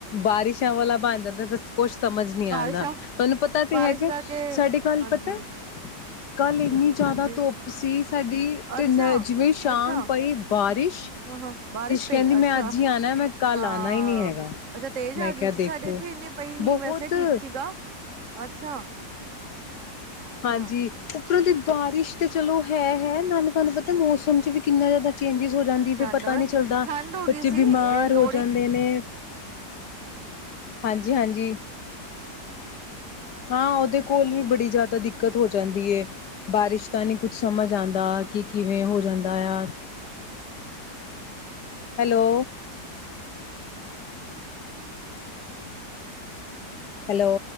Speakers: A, on the left; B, on the right.
A: ਬਾਰਿਸ਼ਾਂ ਵਾਲਾ ਬਣ ਜਾਂਦਾ ਤਾਂ ਕੁਛ ਸਮਝ ਨਹੀਂ
B: ਬਾਰਿਸ਼ਾਂ
A: ਆਉਂਦਾ ਤੁਹਾਨੂੰ ਪਤਾ ਤੇ
B: ਬਾਰਿਸ਼
A: ਹੈਗਾ
B: ਕਰਕੇ
A: ਸਾਡੇ ਕੱਲ
B: ਹਾਂਜੀ
A: ਪਤਾ ਕੱਲ
B: ਹ
A: ਇੰਨੀ ਜ਼ਿਆਦਾ
B: ਹਾਂਜੀ
A: ਧੁੱਪ <unintelligible> ਸਾਡੀ ਤੇ
B: ਅੱਛਾ
A: ਨ ਜਿਵੇਂ ਸ਼ਾਮ
B: ਅੱਛਾ
A: ਪਈ ਬਾਰਿਸ਼
B: ਹਾਂ ਹਾਂ ਬਾਰਿਸ਼ ਪਈ
A: ਕਹਿੰਦੀ
B: ਅੱਛਾ
A: ਮੈਂ ਅੱਜ ਹੀ ਆਉਣਾ ਮੈਂ ਕੱਲ
B: ਹਾਂ
A: ਆਉਣਾ ਹੀ ਨਹੀਂ ਹੈਗਾ
B: ਅੱਛਾ ਤੇਜ਼
A: ਮੈਂ
B: ਆ ਗਈ
A: ਕਿਹਾ
B: ਸੀ।
A: ਦੇਖੋ
B: ਸਾਡੇ ਇੱਥੇ ਇਨੇ ਪਈ
A: ਬਹੁਤ
B: ਨੀ ਵੈਸੇ ਠੀਕ ਸੀਗਾ ਅੱਛਾ। ਅੱਛਾ
A: ਹਾਂਜੀ ਰ ਦੀ ਬਾਰਿਸ਼ ਤੇ ਚਲੋ ਹੈ ਹੈ ਨਾਲੇ ਤੁਹਾਨੂੰ ਪਤਾ ਮੌਸਮ ਚ ਵੀ ਕਿੰਨਾ ਜ਼ਿਆਦਾ ਚੇਂਜਿਸ ਹੋ ਜਾਂਦੀ
B: ਠੰਡ
A: ਫੇਰ ਪਤਾ ਨਹੀਂ ਚੱਲਦਾ
B: ਠੰਡ ਹੋ
A: ਬੱਚੇ
B: ਗਈ ਸੀ
A: ਬਿਮਾਰ
B: ਇਹ ਲੋਹੜੀ
A: ਹੋ ਜਾਂਦੇ ਨੇ ਹਾਂਜੀ ਹਾਂਜੀ ਹਾਂ ਉਹਦੇ ਕੋਲ ਵੀ ਬੜੀ ਜ਼ਿਆਦਾ ਦਿੱਕਤ ਹੋ ਜਾਂਦੀ ਹੈ ਬਾਰਿਸ਼ ਤਾਂ ਨਹੀਂ ਕੁਛ ਸਮਝ ਆਉਂਦਾ ਕਿ ਕਿਵੇਂ ਹੋ ਜਾਂਦਾ ਆ ਹੈਲੋ ਹੈਲੋ